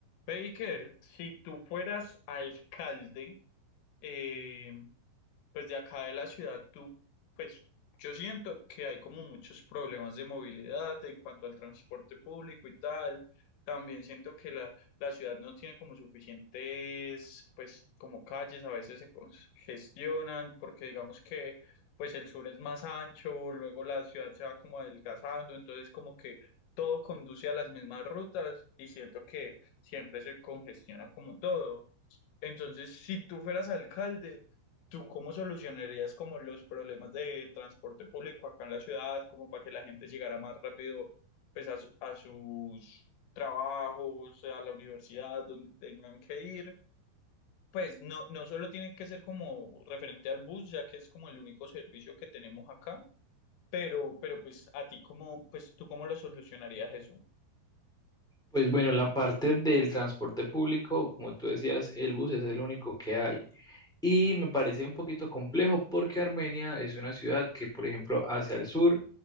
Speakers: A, on the left; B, in the centre.
A: Baker, si tú fueras alcalde, eh, pues de acá de la ciudad, tú, pues yo siento que hay como muchos problemas de movilidad en cuanto al transporte público y tal. También siento que la, la ciudad no tiene como suficientes, pues como calles, a veces se congestionan porque digamos que pues el sur es más ancho, luego la ciudad se va como adelgazando, entonces como que todo conduce a las mismas rutas y siento que siempre se congestiona como todo. Entonces, si tú fueras alcalde, ¿Tú cómo solucionarías como los problemas de transporte público acá en la ciudad, como para que la gente llegara más rápido pues a, su- a sus trabajos, a la universidad, donde tengan que ir? Pues no, no solo tiene que ser como referente al bus, ya que es como el único servicio que tenemos acá, pero, pero pues a ti cómo, pues tú cómo lo solucionarías eso.
B: Pues bueno, la parte del transporte público, como tú decías, el bus es el único que hay. Y me parece un poquito complejo porque Armenia es una ciudad que, por ejemplo, hacia el sur,